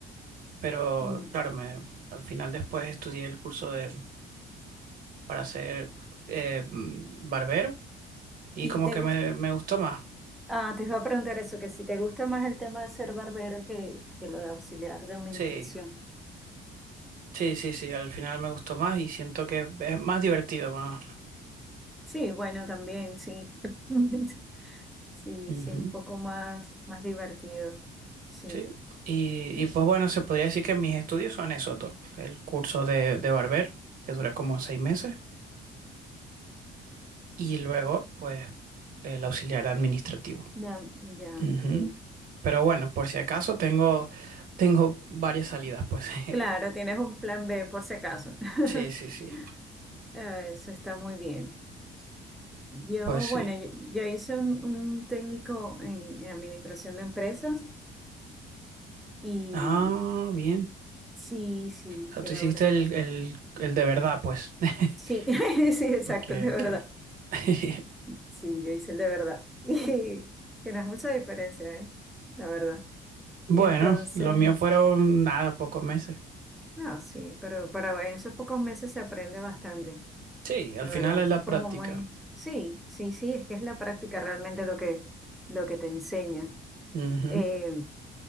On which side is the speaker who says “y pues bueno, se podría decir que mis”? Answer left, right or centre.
Right